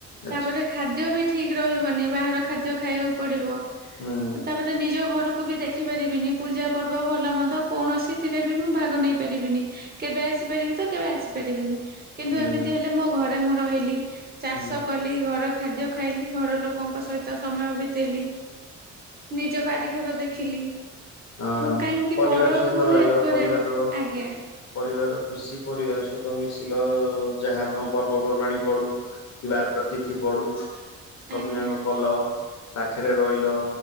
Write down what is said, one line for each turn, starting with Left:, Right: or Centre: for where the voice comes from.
Left: ଆଛା
Right: ତାପରେ ଖାଦ୍ୟ ବି ଠିକ ରହିବନି ବାହାର ଖାଦ୍ୟ ଖାଇବାକୁ ପଡିବ
Left: ହୁଁ
Right: ତାପରେ ନିଜ ଘରୁ କୁ ବି ଦେଖିପାରିବିନି ପୂଜା ପର୍ବ ଭଲମନ୍ଦ କୌଣସିଥିରେ ବି ମୁଁ ଭାଗ ନେଇ ପାରିବିନି। କେବେ ଆସିପାରିବି ତ କେବେ ଆସିପାରିବିନି। କିନ୍ତୁ
Left: ହୁଁ
Right: ଏମିତି ହେଲେ ମୋ ଘରେ ମୁଁ ରହିଲି ଚାଷ
Left: ହୁଁ
Right: କଲି ଘର ଖାଦ୍ୟ ଖାଇଲି ଘର ଲୋକ ଲୋକଙ୍କ ସହିତ ସମୟ ବିତେଇଲି ନିଜ ବାରିଘର ଦେଖିଲି।
Left: ହଁ
Right: ମୁଁ କାହିଁକି
Left: ପରିବାର
Right: ପରକୁ
Left: ସହିତ ରହିଲ
Right: ହେଲ୍ପ କରିବାରେ
Left: ପରିବାରର
Right: ଆଜ୍ଞା।
Left: ପରିବାର ଖୁସି ପରିବାର ସହିତ ମିଶିଲ ଯାହା ତମ ପର୍ବପର୍ବାଣି ପଡୁ କି ବାର୍ଡ କିଛି ପଢୁ। ସବୁ
Right: ଆଜ୍ଞା
Left: ଯାକ କଲ ପାଖରେ ରହିଲ